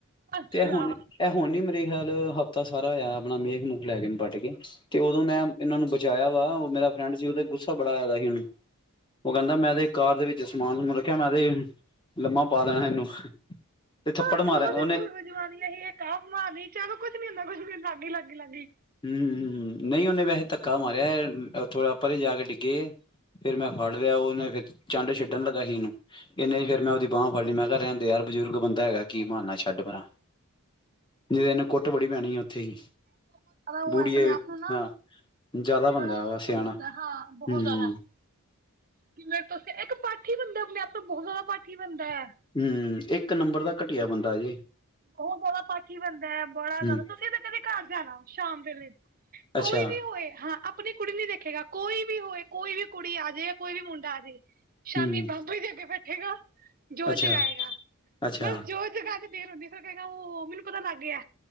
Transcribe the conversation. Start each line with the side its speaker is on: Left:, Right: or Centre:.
Right: ਅੱਛਾ
Left: ਤੇ ਹੁਣ ਇਹ ਹੁਣ ਈ ਮੇਰੇ, ਫਿਲਹਾਲ ਹਫ਼ਤਾ ਸਾਰਾ ਹੋਇਆ ਆਪਣਾ ਮੇਖ ਮੂਖ ਲੈ ਕੇ ਪੱਟ ਕੇ, ਤੇ ਉਦੋਂ ਮੈਂ ਇਹਨਾਂ ਨੂੰ ਬਚਾਇਆ ਵਾ, ਮੇਰਾ ਫਰੈਂਡ ਸੀ, ਉਤੇ ਗੁੱਸਾ ਬੜਾ ਹੈਗਾ ਸੀ ਉਹਨੂੰ ਉਹ ਕਹਿੰਦਾ ਮੈਂ ਦੇ ਕਾਰ ਦੇ ਵਿੱਚ ਸਮਾਨ ਨੂੰ ਖਿਆ ਮੈਂ ਤੇ ਲੰਮਾ ਪਾ ਦੇਣਾ ਇਹਨੂੰ ਤੇ ਥੱਪੜ
Right: ਹਾਂ,
Left: ਮਾਰਿਆ
Right: ਦੋ
Left: ਉਹਨੇ
Right: ਦੇ ਜਵਾਨ ਸੀ, ਕਦੀ ਚਲੋ ਕੁਛ ਨੀ ਹੁੰਦਾ ਕੁੱਝ ਨੀ ਲਾਗੀ, ਲਾਗੀ, ਲੱਗੀ।
Left: ਹੂੰ-ਹੂੰ, ਨਹੀਂ ਉਹਨੇ ਵੈਸੇ ਧੱਕਾ ਮਾਰਿਆ ਥੋੜਾ ਪਰੇ ਜਾ ਕੇ ਡਿੱਗੇ, ਫਿਰ ਮੈਂ ਫੜ ਲਿਆ ਉਹਨੇ ਫੇਰ, ਚੰਡ ਛੱਡਣ ਲੱਗਾ ਸੀ, ਇਹਨੂੰ ਇਹਨੇ ਫੇਰ ਮੈਂ ਉਹਦੀ ਬਾਂਹ ਫੜਨੀ ਮੈਂ ਕਿਹਾ ਰਹਿੰਦੇ ਯਾਰ ਬਜ਼ੁਰਗ ਬੰਦਾ ਹੈਗਾ, ਕੀ ਮਾਰਨਾ ਛੱਡ ਪਰਾ ਨਹੀਂ ਤਾਂ ਇਹਨੂੰ ਕੁੱਟ ਬੜੀ ਪੈਣੀ ਉੱਥੇ ਹੀ।
Right: ਬਹੁਤ ਜ਼ਿਆਦਾ ਉਹ
Left: ਬੂੜੀਏ
Right: ਹੈ, ਆਪਣੇ ਆਪ ਨੂੰ ਨਾ
Left: ਹਾਂ ਜ਼ਿਆਦਾ ਬੰਦਾ
Right: ਬੜਾ
Left: ਵਾ
Right: ਉਹ ਸਮਝਦਾ
Left: ਸਿਆਣਾ
Right: ਹਾਂ ਬਹੁਤ
Left: ਹੂੰ
Right: ਜ਼ਿਆਦਾ। ਕਿਵੇਂ ਤੁਸੀਂ ਇੱਕ ਬੰਦਾ ਆਪਨੇ ਬਹੁਤ ਜਿਆਦਾ ਪਾਠੀ ਬੰਦਾ ਹੈ
Left: ਹੂੰ, ਇੱਕ ਇੱਕ ਨੰਬਰ ਦਾ ਘਟੀਆ ਬੰਦਾ ਜੇ,
Right: ਉਹ ਬੜਾ ਪਾਠੀ ਬੰਦਾ ਹੈ, ਬੜਾ
Left: ਹੂੰ,
Right: ਜ਼ਿਆਦਾ ਤੁਸੀਂ ਕਦੇ ਘਰ ਜਾਣਾ, ਸ਼ਾਮ ਦੇ
Left: ਅੱਛਾ
Right: ਕੋਈ ਵੀ ਹੋਏ ਹਾਂ। ਆਪਣੀ ਕੁੜੀ ਨੀ ਦੇਖੇਗਾ ਕੋਈ ਵੀ ਹੋਏ ਕੋਈ ਵੀ ਕੁੜੀ ਆ ਜਾ ਕੋਈ ਵੀ ਮੁੰਡਾ ਆ ਜੇ। ਸ਼ਾਮੀ
Left: ਹੂੰ,
Right: ਬਾਬੂ ਦੇ ਅੱਗੇ ਬੈਠੇ ਗਾ <unintelligible> ਜੋਤ
Left: ਅੱਛਾ,
Right: ਜਗਾਏਗਾ
Left: ਅੱਛਾ,
Right: ਬਸ ਜੋਤ ਜਗਾਕੇ ਫਿਰ ਔਦੇ, ਉਹ ਮੈਨੂੰ ਪਤਾ ਲੱਗ ਗਿਆ।